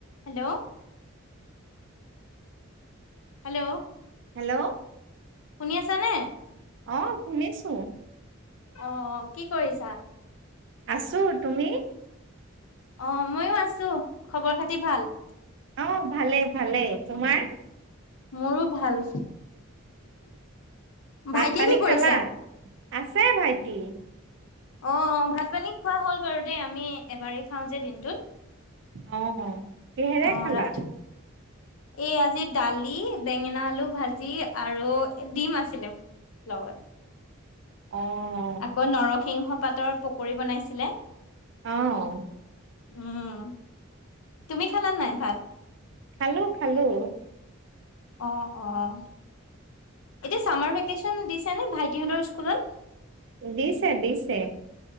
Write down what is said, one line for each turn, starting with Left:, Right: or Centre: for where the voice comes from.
Left: Hello. Hello.
Right: Hello.
Left: শুনি আছানে?
Right: অ' শুনিছোঁ।
Left: অ', অ' কি কৰিছা?
Right: আছোঁ, তুমি?
Left: অ' ময়ো আছোঁ। খবৰ খাতি ভাল?
Right: অ' ভালে ভালে। তোমাৰ?
Left: মোৰো ভাল।
Right: ভাত
Left: ভাইটিয়ে
Right: পানী
Left: কি কৰিছে?
Right: খালা? আছে ভাইটি।
Left: অ', অ' ভাত পানী খোৱা হ'ল বাৰু দেই, আমি এবাৰেই খাওঁ যে দিনটোত।
Right: অ'। কিহেৰে
Left: অ'
Right: খালা
Left: ৰাতি। এই আজি দালি, বেঙেনা, আলু ভাজি, আৰু ডিম আছিলে। লগত।
Right: অ'।
Left: আকৌ নৰসিংহ পাতৰ পকৰি বনাইছিলে।
Right: অ'।
Left: উম। তুমি খালা নাই ভাত?
Right: খালোঁ খালোঁ।
Left: অ', অ' এতিয়া চামাৰ ভেকেচন দিছেনে ভাইটিহঁতৰ স্কুলত?
Right: দিছে দিছে।